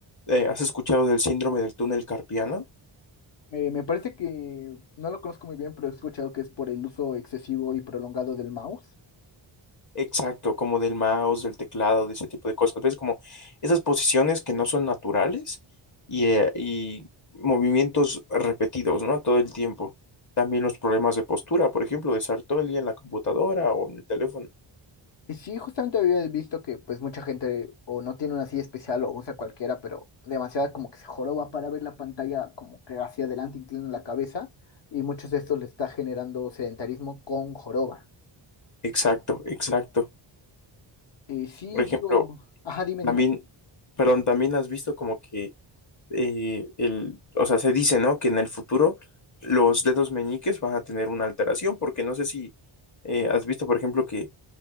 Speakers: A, on the left; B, on the left.
A: eh, ¿has escuchado del síndrome del túnel carpiano?
B: Eh, me parece que no lo conozco muy bien, pero he escuchado que es por el uso excesivo y prolongado del mouse.
A: Exacto, como del mouse, del teclado, de ese tipo de cosas. ¿Ves? Como esas posiciones que no son naturales y, eh, y movimientos repetidos, ¿no? Todo el tiempo. También los problemas de postura, por ejemplo, de estar todo el día en la computadora o en el teléfono.
B: Y sí, justamente había visto que pues mucha gente o no tiene una silla especial o usa cualquiera, pero demasiada como que se joroba para ver la pantalla como que hacia adelante inclina la cabeza y muchos de estos le está generando sedentarismo con joroba.
A: Exacto, exacto.
B: Y sí,
A: Por ejemplo,
B: digo, ajá, dime,
A: También,
B: dime.
A: perdón, también has visto como que eh, el, o sea, se dice, ¿no? Que en el futuro los dedos meñiques van a tener una alteración, porque no sé si eh, has visto, por ejemplo, que